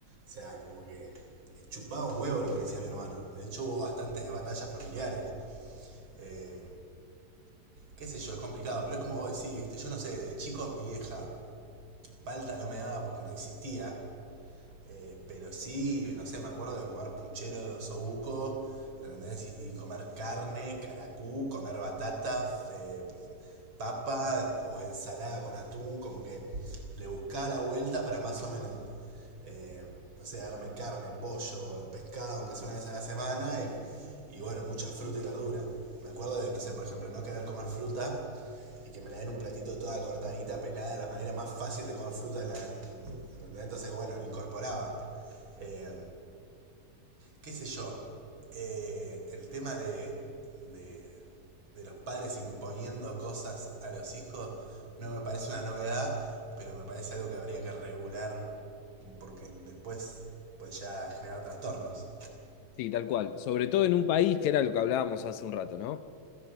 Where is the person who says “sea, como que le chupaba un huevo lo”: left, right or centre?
Right